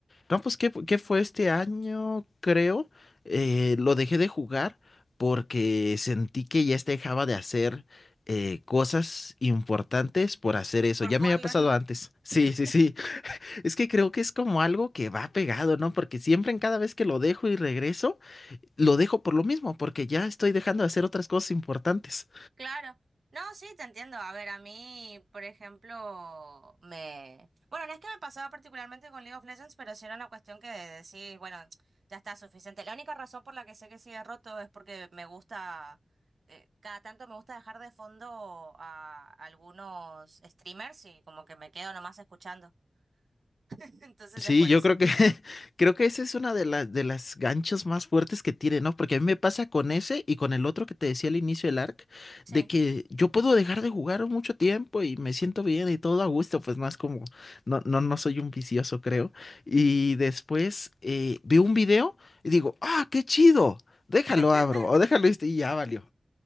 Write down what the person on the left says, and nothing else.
No, pues, ¿qué, fu- qué fue este año? Creo. eh, lo dejé de jugar porque sentí que ya se dejaba de hacer eh, cosas importantes por hacer eso.
Ya
me había
pasado antes. Sí,
sí, sí. Es que creo que es como algo que va pegado, ¿no? Porque siempre en cada vez que lo dejo y regreso, lo dejo por lo mismo, porque ya estoy dejando de hacer otras cosas importantes.
Sí,
yo
creo que <laughs> creo que esa es una de las de las ganchos más fuertes que tiene, ¿no? Porque a mí me pasa con ese y con el otro que te decía al inicio del arc,
de que yo puedo dejar de jugar mucho tiempo y me siento bien y todo a gusto, pues no es como, no, no, no soy un vicioso, creo. Y después eh, veo un video y digo, ah, qué chido, déjalo
abro o déjalo este", y ya valió.